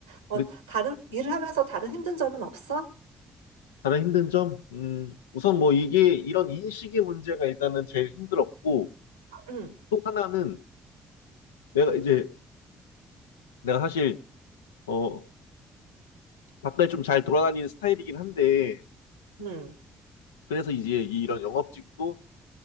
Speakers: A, on the right (about 80°); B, on the left (about 75°).
A: 어,
B: 근데
A: 다- 른 일을 하면서 다른 힘든 점은 없어?
B: 가장 힘든 점? 음, 우선 뭐 이게 이런 인식의 문제가 일단은 제일 힘들었고,
A: 응,
B: 또 하나는 내가 이제, 내가 사실, 어, 바깥에 좀 잘 돌아다니는 스타일이긴 한데,
A: 응,
B: 그래서 이제 이런 영업직도